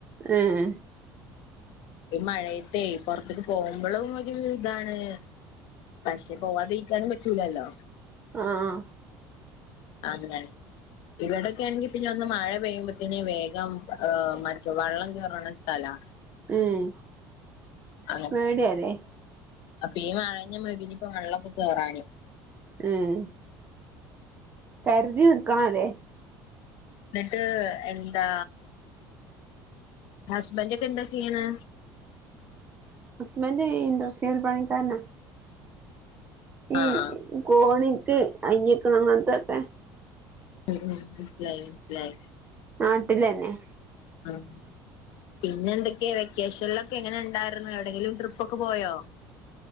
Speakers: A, on the right; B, on the left.
A: ഏഹ്
B: ഈ മഴയത്തെ പൊറത്ത്ക്ക് പോവുമ്പളും ഒരു ഇതാണ് പക്ഷെ പോവാതിരിക്കാനും പറ്റൂലല്ലോ
A: ആഹ്
B: <unintelligible> ഇവിടൊക്കെ ആണെങ്കി പിന്നെ ഞങ്ങ മഴ പെയ്യുമ്പോത്തിന് വേഗം ഉം മറ്റു വെള്ളം കേറ്ണ സ്ഥലാ
A: ഉം
B: അങ്ങനെ
A: പേടിയാലേ
B: അപ്പൊ ഈ മഴഞ്ഞ <unintelligible> ഇപ്പൊ വെള്ളൊക്കെ കേറാന്
A: ഉം കര്തി നിക്കണം ല്ലേ
B: ന്നിട്ട് എന്താ ഹസ്ബൻറ്ക്കെ എന്താ ചെയ്യണേ
A: ഹസ്ബൻഡ് ഇണ്ടസ്ട്രിയൽ പണിക്കാരന ഈ
B: ആ ആ
A: കോണിക്ക് കൈയ്യക്ക്ണ അങ്ങനത്തൊക്കെ
B: ഉം ഉം നിസ്ലായി നിസ്ലായി
A: നാട്ടിലെന്നെ
B: ആഹ് പിന്നെ എന്തൊക്കെയാ വെക്കേഷൻലൊക്കെ എങ്ങനെ ണ്ടായിര്ന്ന് എവിടെങ്കിലും ട്രിപ്പൊകെ പോയോ